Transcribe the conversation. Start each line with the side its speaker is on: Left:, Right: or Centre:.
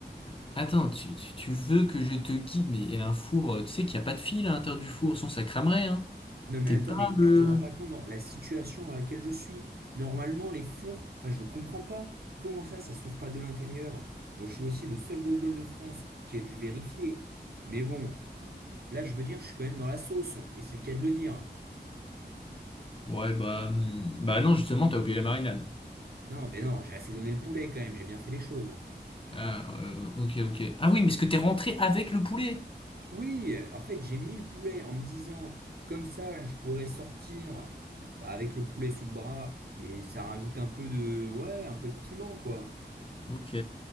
Left: euh, attends, tu, tu, tu veux que je te guide, mais un four, euh, tu sais qu'il n'y a pas de fil à l'intérieur du four, sinon ça cramerait, hein.
Right: Non mais
Left: T'es
Right: attends,
Left: pas
Right: mais
Left: le...
Right: tu te rends pas compte dans la situation dans laquelle je suis. Normalement, les fours, enfin je comprends pas. Comment ça, ça s'ouvre pas de l'intérieur? Moi, je suis aussi le seul gogol de France qui a dû vérifier. Mais bon, là, je veux dire, je suis quand même dans la sauce, et c'est le cas de le dire.
Left: Ouais, bah, hum, bah non, justement, t'as oublié la marinade.
Right: Non, mais non, j'ai assaisonné le poulet quand même, j'ai bien fait les choses.
Left: Ah, euh, ok, ok. Ah oui, mais est-ce que t'es rentré avec le poulet?
Right: Oui, euh, en fait, j'ai mis le poulet en me disant, comme ça, je pourrais sortir bah, avec le poulet sous le bras, et ça rajoute un peu de, ouais, un peu de piment, quoi.
Left: Ok.